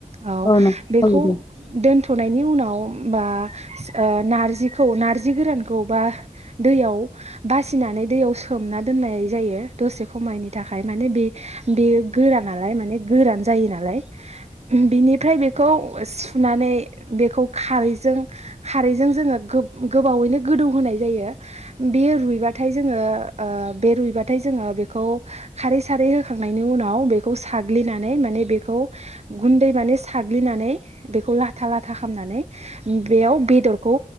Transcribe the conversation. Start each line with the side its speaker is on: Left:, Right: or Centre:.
Right: औ
Left: नोंथां
Right: बेखौ
Left: औ दे
Right: दोनथ'नायनि उनाव बा नारजिखौ नारजि गोरानखौ बा दैयाव बासिनानै दैयाव सो सोमना दोननाय जायो दसे खमायनि थाखाय माने बे बेयो गोराना लाय माने गोरान जयो जायो नालाय उमह बिनिफ्राय बेखौ सुनानै बेखौ खारैजों खारैजों जोंङो गोब गोबावैनो गोदौ होनोनाय जायो बेयो रुइबाथाय जोंङो ओ बे रुइबाथाय जोंङो बेखौ खारै सारै होखांनायनि उनाव बेखौ साग्लिनानै माने बेखौ गुन्दै माने साग्लिनानै बेखौ लाथा लाथा खामनानै बेयाव बेदरखौ